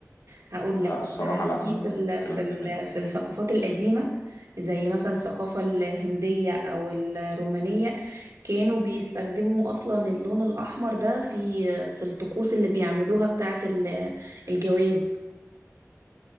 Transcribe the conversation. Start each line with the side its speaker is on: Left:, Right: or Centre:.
Right: هقول
Left: لا
Right: لك
Left: الصراحه
Right: مثلا
Left: لا
Right: في
Left: انا اول
Right: في
Left: مره
Right: ال
Left: أسمع الكلام
Right: في ال
Left: ده منك
Right: في الثقافات القديمة زي مثلا الثقافة الهندية أو الرومانية كانوا بيستخدموا أصلا اللون الأحمر ده في في الطقوس اللي بيعملوها بتاعة ال- الجواز